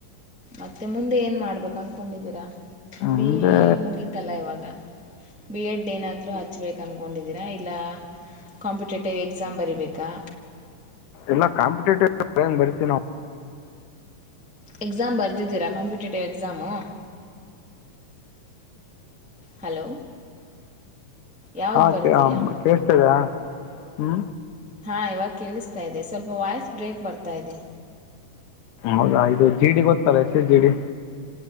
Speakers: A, in the centre; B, on the left.
A: ಮತ್ತೆ ಮುಂದೆ ಏನ್ ಮಾಡ್ಬೇಕು ಅನ್ಕೊಂಡಿದ್ದೀರಾ ಬಿ
B: ಮುಂದೆ
A: ಎ ಮುಗಿತಲ್ಲ ಇವಾಗ ಬಿ ಎಡ್ ಏನಾದ್ೂ ಹತ್ತು ಹಚ್ಬೇಕು ಅಂದ್ಕೊಂಡಿದ್ದೀರಾ ಇಲ್ಲ ಕಾಂಪಿಟೇಟಿವ್ ಎಕ್ಸಾಮ್ ಬರಿೀಬೇಕಾ
B: ಎಲ್ಲ ಕಾಂಪಿಟೇಟಿವ್್ ಬರಿತೀ ನಾವು
A: ಎಕ್ಸಾಮ್ ಬರೆದಿದ್ದೀರಾಂಿಟೇಟಿವ್ಕ್ಸಾಮು ಹಲೋ ಯಾವ್ದು
B: ಹಾ
A: ಬರೆದಿರಾ
B: ಕೇೇಳಸ್ತದೆ ಹ್ಮ
A: ಹಾಂ ಇವಾಗ ಕೇಳಿಸ್ತಾ ಇದೆ ಸ್ವಲ್ಪ ವಾಯ್ಸ್ ಬ್ರೇಕ್ ಬರ್ತಾ ಇದೆ
B: ಹೌದಾ ಇದು ಜಿಡಿ ಗೊತ್ತಲ್ಲ ಎಸ ಜಿಡಿ